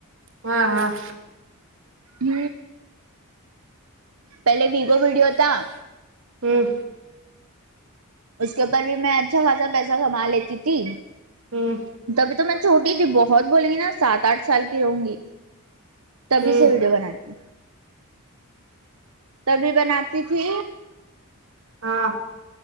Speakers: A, on the right (about 60°); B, on the right (about 80°).
A: ہاں ہاں
B: ہ پہلے ویگو ویڈیو تھا
A: ہوں
B: اس کے اوپر بھی میں اچھا خاصا پیسہ کما لیتی تھی
A: ہوں
B: تبھی تو میں چھوٹی تھی بہت بولیں گی نا سات آٹھ سال کی رہونگی تبھی
A: ہوں
B: سے ویڈیو بنانیی تبھی بناتی تھی
A: ہاں